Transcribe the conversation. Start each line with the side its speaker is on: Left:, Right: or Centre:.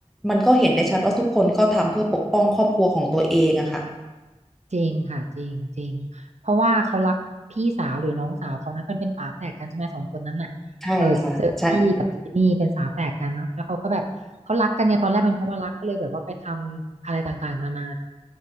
Centre: มันก็เห็นได้ชัดว่าทุกคนก็ทำเพื่อปกป้องครอบครัวของตัวเองอะค่ะ
Right: จริงค่ะจริงจริงเพราะว่าเขารักพี่สาวหรือน้องสาวเขานะมันเป็นฝาแฝดกันใช่ไหมสองคนนั้นน่ะเออเซอร์ซี่กับจิมมี่เป็นฝาแฝดกันเนาะแล้วเขาก็แบบเขารักกันเนี่ยตอนแรกเป็นเพราะว่ารักก็เลยแบบว่าไปทำอะไรต่างๆนานา
Centre: ใช่ค่ะใช่